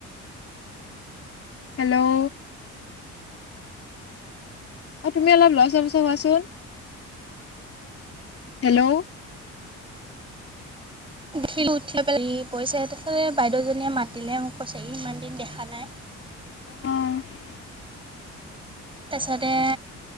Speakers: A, on the left (about 50°); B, on the right (about 15°).
A: হেল্ল', অ তুমি অলপ লছ পচ হোৱাচোন হেল্ল',
B: উঠিলোঁ উঠি পেলাই পিছে তোলে বাইদেউজনীয়ে মাতিলে মোক কৈছে ই ইমান দিন দেখা নাই।
A: অঁ,
B: তাৰপিছতে